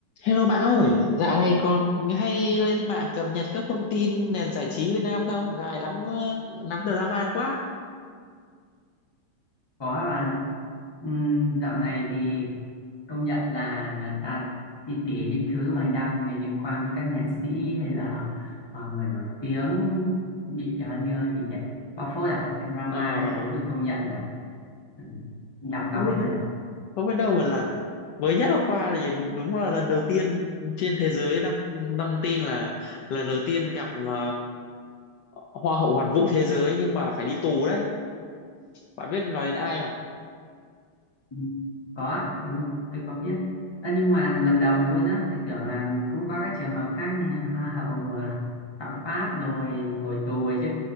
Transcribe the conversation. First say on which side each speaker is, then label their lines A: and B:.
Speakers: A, on the left; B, on the left.
A: Hello bạn ơi, dạo này còn hay lên mạng cập nhật các thông tin nền giải trí Việt Nam không? Dạo này lắm ờ, lắm drama quá.
B: Có các bạn ạ. Ừm, dạo này thì công nhận là là ta đi tỉ những thứ bài đăng này liên quan đến các nghệ sĩ hay là ờ, người nổi tiếng bị ờ, đưa gì nhỉ bóc phốt à hay drama
A: Ờ,
B: các thứ thì công nhận là ừm, đọc đau
A: không
B: hết
A: biết
B: cả đầu
A: không biết đâu một lần. Mới nhất hôm qua thì đúng là lần đầu tiên trên thế giới đăng đăng tin là lần đầu tiên gặp ờ, Hoa hậu Hoàn vũ thế giới nhưng mà phải đi tù đấy. Bạn biết nói đến ai
B: Ừm, <laughs> có á, ừ, tôi có biết Ơ, nhưng mà lần đầu luôn á tôi tưởng là cũng có các trường hợp khác như hoa hậu ờ, phạm pháp rồi ngồi tù rồi chứ